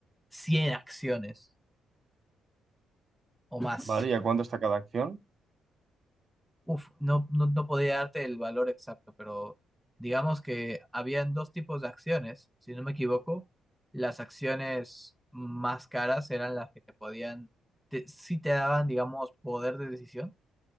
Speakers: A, in the centre; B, on the right.
A: 100 acciones o más.
B: Vale, ¿y a cuánto está cada acción?
A: Uf, no, no, no podía darte el valor exacto, pero digamos que habían dos tipos de acciones, si no me equivoco, las acciones más caras eran las que te podían, te, sí te daban, digamos, poder de decisión